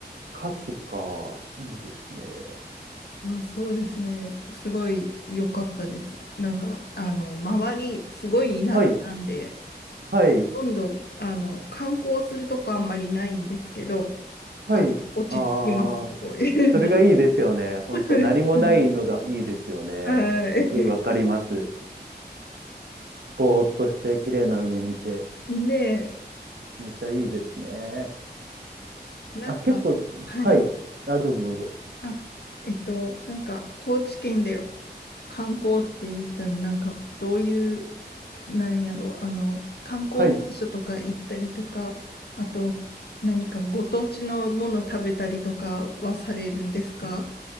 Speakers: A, on the right; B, on the left.
A: 牡蠣か。いいですね。
B: あ、そうですね、すごい良かったです。なんか、あの、周り、すごい田舎なんで、
A: はい。はい。
B: ほとんど、あの、観光するとこあんまりないんですけど、
A: はい。
B: あ、落ち着きます、
A: ああ。
B: すごい。
A: それがいいですよね。本当何もないのがいいですよね。
B: <laughs> はい。
A: すごいわかります。ぼーっとして綺麗な海見て、
B: で、
A: めちゃいいですね。
B: なんか、
A: あ、結構、
B: はい。
A: はい。あ、どうぞどうぞ。
B: あ、えっと、なんか、高知県で観光って言ったら、なんか、どういう、なんやろう、あの、観光名所とか行ったりとか、
A: はい。
B: あと、何かご当地のもの食べたりとかはされるんですか